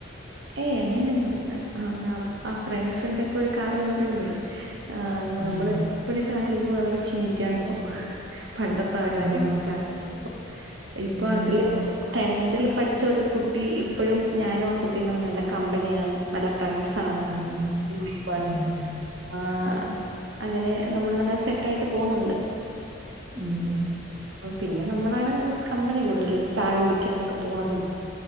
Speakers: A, on the right; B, on the right.
A: ഏയ് അങ്ങനെയൊന്നുല്ല അഹ് ആഹ് ഫ്രണ്ട്സിന്റെ ഒക്കെ ഒരു കാലംന്ന് പറയുമ്പഴേ ആഹ്
B: ഉം.
A: നമ്മള് ഇപ്പഴൊക്കൊ ആലോയ്ക്കുമ്പ നമുക്ക് ചിരിക്യാൻ തോന്നും പണ്ടത്തെ
B: ഉം.
A: കാര്യങ്ങളൊക്കെ ആലോയ്ക്കുമ്പോ ഇപ്പൊ
B: ഉം.
A: അതില് ടെൻതില് പഠിച്ച ഒരു കുട്ടി ഇപ്പഴും ഞാനും ആ കുട്ടിം തമ്മില് നല്ല കമ്പനിയാണ് നല്ല ഫ്രണ്ട്സാണ്
B: ഉം.
A: ഗ്രൂപ്പാണ്
B: ഉം.
A: ആഹ് അങ്ങനെ നമ്മൾ നല്ല സെറ്റായിട്ട് പോവുന്നുണ്ട്
B: ഉം
A: പിന്നെ നമ്മളാണ് കമ്പനി കൂടുതലും ചായ കുടിക്യാനൊക്കെ പോണതും